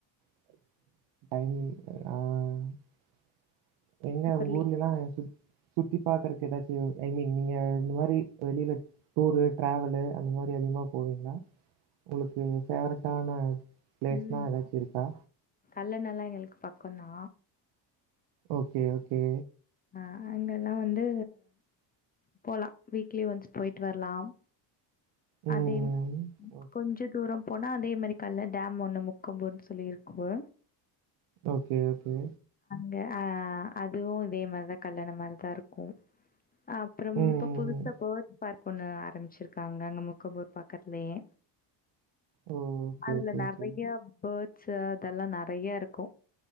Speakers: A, on the right; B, on the left.
A: டைமிங் ஆஹ் ம் எங்க
B: அப்புறலி
A: உங்க ஊர்லல்லா சுத் சுத் சுத்தி பாக்றதுக்கு ஏதாச்சு ஐமீன் நீங்க இந்த மாரி வெளில டூரு ட்ராவலு அந்த மாதிரி அதிகமா போவீங்ளா உங்ளுக்கு ஃபேவரட் டானா பிளேஸ்னா
B: ம்
A: ஏதாச்சு இருக்கா
B: கல்லணல்லா எங்ளுக்கு பக்கோந்தா
A: ஓகே ஓகே
B: அஹ் அங்கல்லா வந்து போலா வீக்லி ஒன்ஸ் போய்ட்டு வர்லாம்
A: ம்.
B: அதே மாதிரி
A: ஓகே.
B: கொஞ்சோ தூரோ போனா அதே மாரி கல்ல டேம் ஒண்ணு முக்கம்புன்னு சொல்லிருக்கு
A: ஓகே ஓகே
B: அஹ் அதுவு இதே மாரிதா கல்லண மாரிதா இருக்கு அப்ரம்
A: ம்,
B: இப்போ
A: ம்,
B: புதுசா
A: ம்.
B: போர்ட்ஸ் பர்க் பொண்ணு ஆரம்பிச்ருக்காங்க அங்கமு க்க போர் பக்கதுலேயே
A: ஓ! ஓகே,
B: அதுல
A: ஓகே,
B: நெறைய
A: ஓகே.
B: பேர்ட்ஸ் ச அதெல்லா நெறைய இருக்கு